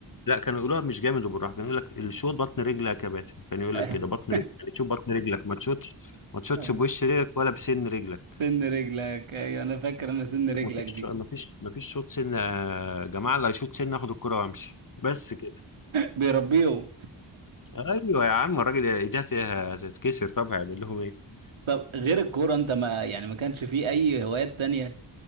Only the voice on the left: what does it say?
لا كانوا يقولوها مش جامد وبالراحه كانوا يقول لك الشوط بطن رجلك يا كباتن كان يقول
لك كده بطن رجلك يعني تشوف بطن رجلك ما تشوتش ما تشوتش
بوش رجلك ولا بسن رجلك
يقول لك
ما فيش
ما فيش ما فيش شوط سن يا جماعه اللي هيشوط سن اخد الكره وامشي بس كده
ايوه يا عم الراجل ايديها هتتكسر طب هيعمل لهم ايه